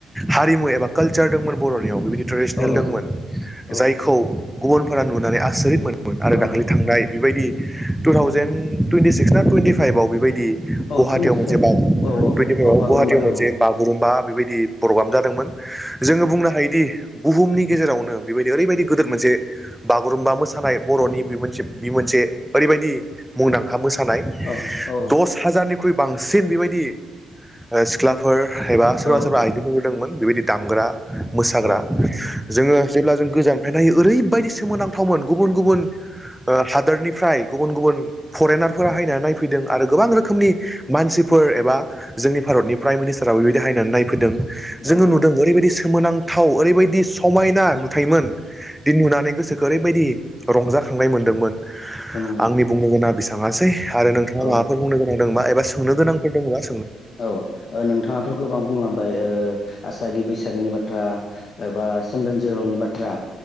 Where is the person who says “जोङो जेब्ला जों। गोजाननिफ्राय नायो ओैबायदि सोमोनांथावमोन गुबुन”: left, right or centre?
Centre